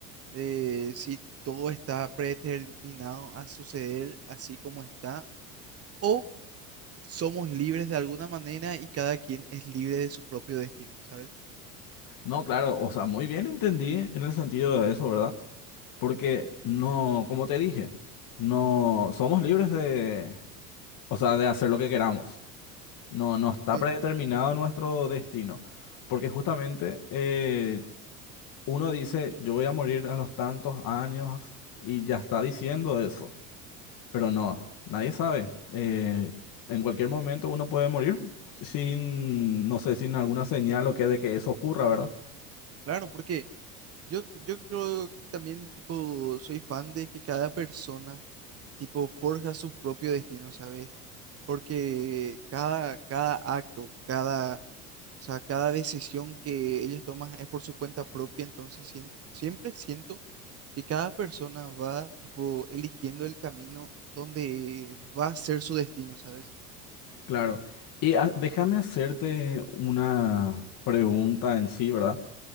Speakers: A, on the right; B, on the left.
A: de si todo está predeterminado a suceder así como está, o somos libres de alguna manera y cada quien es libre de su propio destino, ¿sabes?
B: No, claro, o sea, muy bien entendí en el sentido de eso, ¿verdad? Porque no, como te dije, no somos libres de, o sea, de hacer lo que queramos. No, no está
A: Sí,
B: predeterminado nuestro destino. Porque justamente eh, uno dice, yo voy a morir a los tantos años y ya está diciendo eso, pero no, nadie sabe. Eh, en cualquier momento uno puede morir sin, no sé, sin alguna señal o que de que eso ocurra, ¿verdad?
A: Claro, porque yo, yo creo que también, tipo, soy fan de que cada persona tipo, forja su propio destino, ¿sabes? Porque cada, cada acto, cada, o sea, cada decisión que ellos toman es por su cuenta propia, entonces sien- siempre siento que cada persona va, tipo, eligiendo el camino donde va a ser su destino, ¿sabes?
B: Claro. Y ah, déjame hacerte una pregunta en sí, ¿verdad?